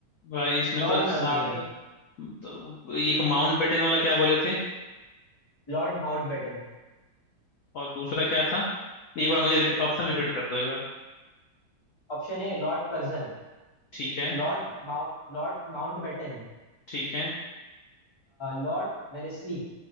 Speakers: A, on the left; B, on the left.
A: भाई इसमें
B: Governor
A: तो, सा,
B: General
A: तो एक माउंट बेटन वाला क्या बोले थे
B: Lord Mountbatten
A: और दूसरा क्या था एक बार मुझे
B: एक
A: ऑप्शन रिपीट
B: एक
A: कर दो एक बार
B: ऑप्शन है Lord Curzon
A: ठीक है
B: Lord Mount Lord Mountbatten
A: ठीक है
B: Lord Wellesley